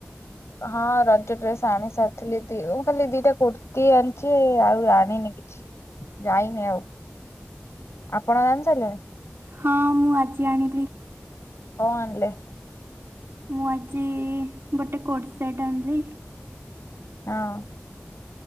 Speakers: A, on the left; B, on the right.
A: ହଁ ରଜ ଡ୍ରେସ୍ ଆଣି ସାରିଥିଲି ଦି ମୁଁ ଖାଲି ଦିଟା କୁର୍ତ୍ତିୀ ଆଣିଛି ଆଉ ଆଣିନି କି ଯାଇନି ଆଉ ଆପଣ ଆଣି ସାରିଲେଣି।
B: ହଁ ମୁଁ ଆଜି ଆଣିଲି।
A: କଁ ଆଣିଲେ।
B: ମୁଁ ଆଜି ଗୋଟେ କୋଡ ସେଟ ଆଣିଲି।
A: ହଁ।